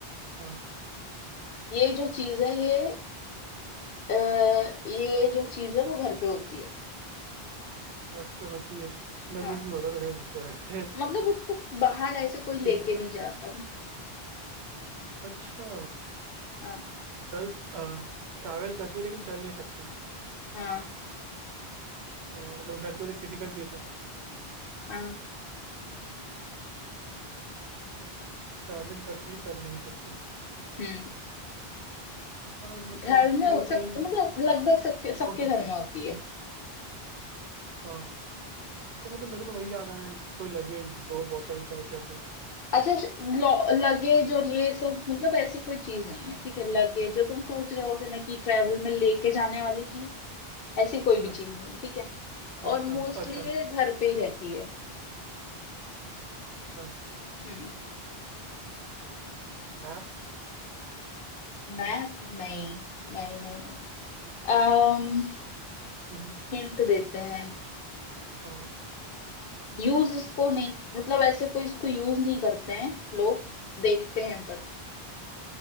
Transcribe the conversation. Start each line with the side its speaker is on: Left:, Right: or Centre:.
Right: हाँ
Left: ये जो चीज है ये अ, ये जो चीज है वो घर पे होती है
Right: घर पे होती है लगेज
Left: हाँ
Right: भी होता तो है घर पे वैसे
Left: मतलब उसको बाहर ऐसे कोई लेके
Right: ठीक है
Left: नहीं जाता ना
Right: अच्छा
Left: हाँ
Right: चल ट्रैवल करती है लेकिन चल नहीं सकती
Left: हाँ
Right: अ, मतलब घर पे तो फिजिकल चीज़ है
Left: हाँ
Right: ट्रैवल करती है चल नहीं सकती
Left: हम्म
Right: और मतलब
Left: घर में
Right: मेरे
Left: हो-
Right: को
Left: सब
Right: तो यही
Left: मतलब लगभग सबके सबके
Right: हो सकती
Left: घर में
Right: है
Left: होती है
Right: हाँ तो मतलब मेरे को तो वही याद आया है, कोई लगेज बो, बोतल टाइप या कुछ
Left: अच्छा श- लॉ- लगेज और ये सब मतलब ऐसी कोई चीज नहीं है ठीक है लगेज जो तुम सोच रहे होगे ना कि ट्रेवल में लेके जाने वाली चीज ऐसी कोई
Right: अच्छा
Left: भी चीज नहीं है ठीक है
Right: अच्छा
Left: और मोस्टली
Right: अच्छा
Left: ये घर पे ही रहती है
Right: अच्छा
Left: हम्म
Right: मैप
Left: मैप नहीं नहीं नहीं नहीं अम्म
Right: हम्म,
Left: हिंट देते हैं
Right: हाँ
Left: यूज इसको नहीं मतलब ऐसे कोई इसको यूज नहीं करते हैं लोग देखते हैं पर